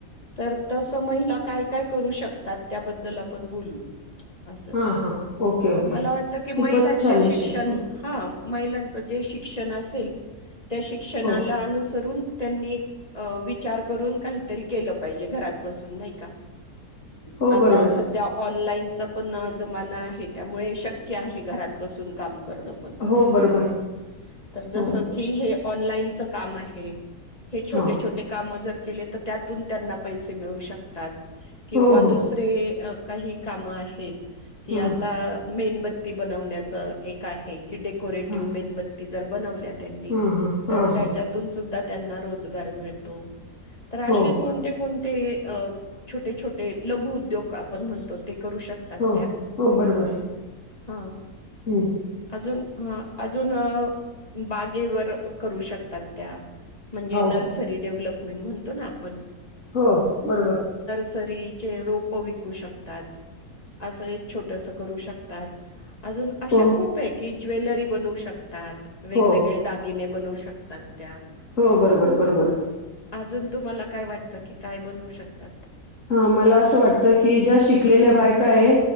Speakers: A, on the left; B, on the left.
A: तर तस महिला काय काय करू शकतात त्याबद्दल आपण बोलू. असं
B: हां हां ओके
A: तर
B: ओके
A: मला वाटतं की
B: खूपच
A: महिलांच्या
B: छान
A: शिक्षण
B: विषय हं,
A: हा महिलां जे शिक्षण असेल त्या शिक्षणाला
B: हो
A: अनुसरून त्यांनी विचार करून काहीतरी केलं पाहिजे घरात बसून नाही का
B: हो
A: आता
B: बरोबर
A: सध्या ऑनलाईन चा पण जमाना आहे. त्यामुळे शक्य आहे. घरात बसून काम करणं
B: हो बरोबर
A: असं तर जस
B: हो बरोबर
A: की हे ऑनलाईनचं काम आहे. हे छोटे
B: हां
A: छोटे काम जर केले तर त्यातून त्यांना पैसे मिळू शकतात. किवा
B: हो
A: दुसरे
B: हो
A: काही काम आहेत की
B: हां
A: आता मेनबत्ती ती बनवण्याच एक आहे. की टेक कोेरेटिव्ह
B: हां
A: मेनबत्ती जर बनवल्या त्यांनी
B: हां हां हां
A: तर त्याच्यातून
B: हां
A: सुद्धा त्यांना रोजगार मिळतो. तर
B: हो
A: असे कोणते कोण ते अ छोटे छोटे लघु उद्योग आपण म्हणतो ते करू शकतात
B: हो
A: त्या
B: हो बरोबर.
A: हा.
B: हम्म.
A: अजून हं, अजून बागेवर करू शकतात त्या. म्हणजे
B: हो
A: नर्सरी
B: हो
A: डेव्हलप मेन म्हणतो ना आपण?
B: हो बरोबर.
A: सरीचे रोप विकू शकतात. असं एक छोटंसं करू शकतात. अजून अशा
B: हो
A: खूप आहे की, ज्वेलरी बनवू शकतात. वेगवेगळे
B: हो
A: दागिने बनवू शकतात. त्या
B: हो बरोबर बरोबर.
A: अजून तुम्हाला काय वाटतं, की काय बनवू शकतात?
B: हा मला असं वाटतं, की ज्या शिक कलेल्या बायका आहे